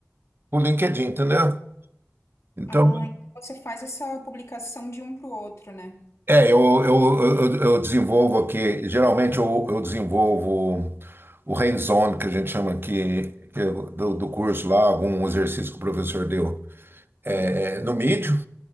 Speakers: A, on the right; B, on the left.
A: pro LinkedIn, entendeu? Então,
B: Ah, então você faz essa publicação de um para o outro, né?
A: é, eu, eu, eu, eu desenvolvo aqui, geralmente eu, eu desenvolvo o hands-on que a gente chama aqui que é do, do curso lá, algum exercício que o professor deu é, no mídio,